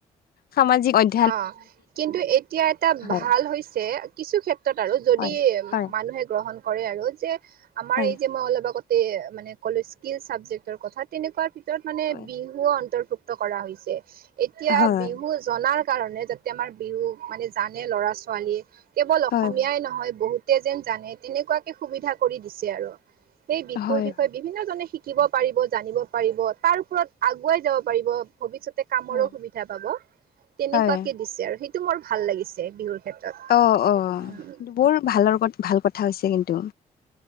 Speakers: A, on the left; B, on the right.
A: সামাজিক অধ্য
B: অ' কিন্তু এতিয়া এটা
A: হয়
B: ভাল হৈছে, কিছু ক্ষেত্ৰ ত আৰু যদি
A: হয়
B: উ,
A: হয়
B: মানুহে গ্ৰহণ কৰে আৰু যে আমাৰ
A: হয়
B: এই যে মই অলপ আগত মানে ক'লে স্কিল চাবজেক্টৰ কথা তেনেকুৱা ভিতৰত মানে
A: হয়
B: বিহু অন্তৰ্ভুক ত কৰা হৈছে, এতিয়া
A: হয়
B: বিহু জনাৰ কাৰণে যাতে আমাৰ বিহু মানে জানে ল'ৰা ছোৱালীয়ে, কেৱল অসমীয়াই
A: হয় হয়
B: নহয় বহুত তে যেন জানে তেনেকুৱাকে সুবিধা কৰি দিছে আৰু সেই বিহুৰ
A: হয়
B: বিষয়ে বিভিন্ন জনে শিক শিকিব পাৰিব, জানিব পাৰিব তাৰ ওপৰত আগুৱাই যাব পাৰিব। ভৱিষ্যতে কামৰো
A: হয়
B: সুবিধা পাব তেনেকুৱাকে
A: হয়
B: দিছে আৰু, সেইটো মোৰ ভাল লাগিছে বিহুৰ। ক্ষেত্ৰত
A: অ', অ'
B: উম
A: কিন্তু বৰ ভালৰ ভাল কথা হৈছে কিন্তু।